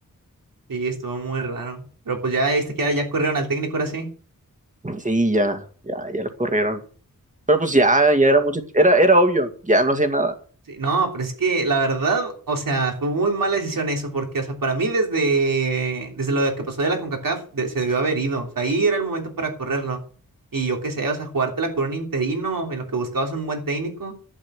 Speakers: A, on the right; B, on the right.
A: Sí, estuvo muy raro. Pero pues ya viste que ya, ya corrieron al técnico ahora sí.
B: Sí, ya, ya, ya lo corrieron. Pero pues ya, ya era mucho, era, era obvio, ya no hacía nada.
A: Sí, no, pero es que la verdad, o sea, fue muy mala decisión eso, porque, o sea, para mí desde, desde lo que pasó de la CONCACAF de- se debió haber ido, o sea, ahí era el momento para correrlo. Y yo qué sé, o sea, jugártela con un interino en lo que buscabas un buen técnico,